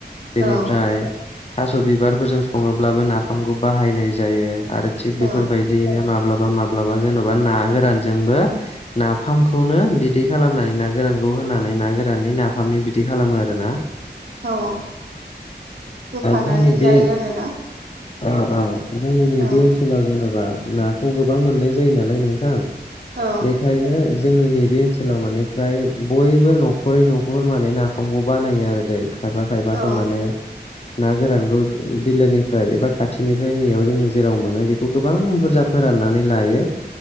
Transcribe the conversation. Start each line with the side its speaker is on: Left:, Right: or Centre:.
Left: बेनिफ्राय
Right: औ
Left: थास' बिबारफोरजों सङोब्लाबो नाफामखौ बाहायनाय जायो। आरो थिग बेफोरबायदिनो
Right: औ
Left: माब्लाबा माब्लाबा जेन'बा ना गोरानजोंबो नाफामखौनो बि दै खालामनानै ना गोरानखौ होनानै ना गोराननि नाफामनि बिदि खालामो आरो ना।
Right: औ होफानानै
Left: जोंनि बे
Right: जायो आरोना?
Left: औ औ जोंनि नैबे
Right: औ
Left: ओनसोलाव जेन'बा नाखौ गोबां मोननाय जायो नालाय नोंथां
Right: औ
Left: बेखायनो जोंनि नैबे ओनसो लाव बिनिफ्फ्राय बयबो न'खरै न'खर माने नाफामखौ बानायो आरो दै। खायफा खायफाथ'
Right: औ
Left: माने ना गोरानखौ बिलोनि फ्राय एबा खाथिनिफ्राय नैयाव जोंनि जेराव मोनो बेखौ गोबां बुरजा फोराननानै लायो।